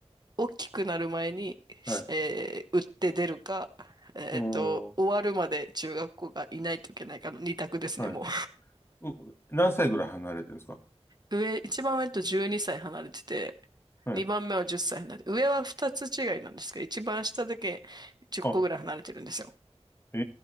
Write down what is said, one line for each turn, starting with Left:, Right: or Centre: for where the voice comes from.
Right: 大きくなる前に、しえー売って出るか、
Left: はい。
Right: えっと、
Left: うん。は
Right: 終わるまで中学校がいないといけないかの二択ですね、
Left: い。
Right: もう。
Left: う、何歳ぐらい離れてるんですか
Right: 上、一番上と12歳離れてて、
Left: はい。
Right: 二番目は10歳離れて、上は二つ違いなんですけど、一番下だけ10個ぐらい離れてるんですよ。
Left: あ、え